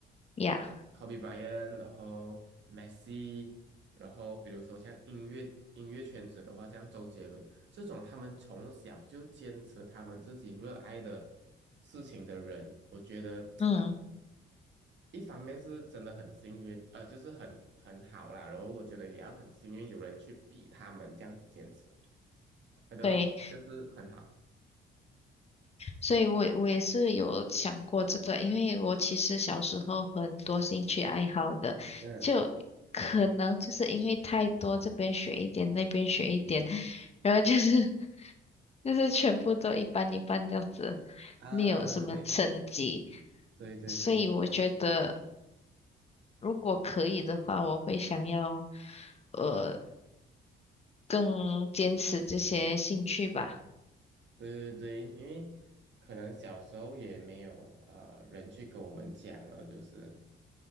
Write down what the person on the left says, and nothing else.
呀。
嗯，
对，
所以我我也是有想过这个，因为我其实小时候很多兴趣爱好的，
就可能就是因为太多，这边学一点，那边学一点，然后就是 <laughs> 就是全部都一般一般这样子，
没有什么成绩，
所以我觉得如果可以的话，我会想要呃更坚持这些兴趣吧。